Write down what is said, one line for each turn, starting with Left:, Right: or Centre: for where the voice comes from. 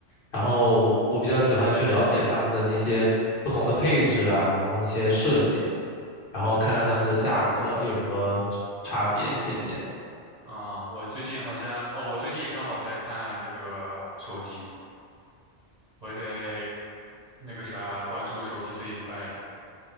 Left: 然后我比较喜欢去了解他们的那些不同的配置啊，然后那些设计，然后看看他们的价格有什么差别这些。
Right: 啊、我最近好像，哦，我最近也刚好在看那个手机，我也在那个啥关注手机这一块的。